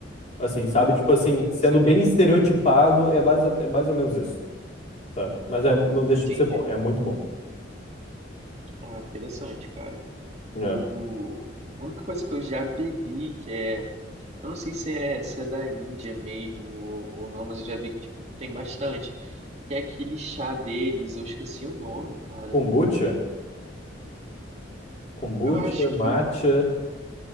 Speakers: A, on the left; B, on the right.
A: Assim, sabe?
B: hum,
A: Tipo assim, sendo
B: saquei.
A: bem estereotipado, é mais, é mais ou menos isso, sabe? Mas é- não deixa
B: Entendi.
A: de ser bom, é muito bom.
B: Ah, interessante, cara.
A: É.
B: O... A única coisa que eu já bebi, que é Eu não sei se é, se é da Índia mesmo ou, ou não, mas eu já vi que tipo, tem bastante. Que é aquele chá deles, eu esqueci o nome, cara.
A: Kombucha, kombucha,
B: Eu acho
A: matcha.
B: que